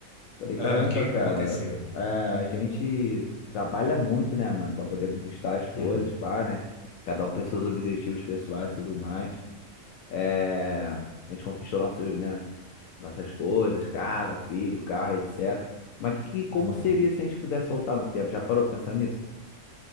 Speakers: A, on the left; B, on the left.
A: Falei,
B: Ah,
A: caramba,
B: o que
A: cara,
B: que aconteceu?
A: a gente trabalha muito, né, mano, pra poder conquistar as coisas,
B: Hum,
A: pá, né? Cada um tem seus objetivos pessoais e tudo mais. É, a gente conquistou nosso, né, nossas coisas, casa, filho, carro, etc. Mas que, que- como
B: ah.
A: seria se a gente pudesse voltar no tempo? Já parou pra pensar nisso?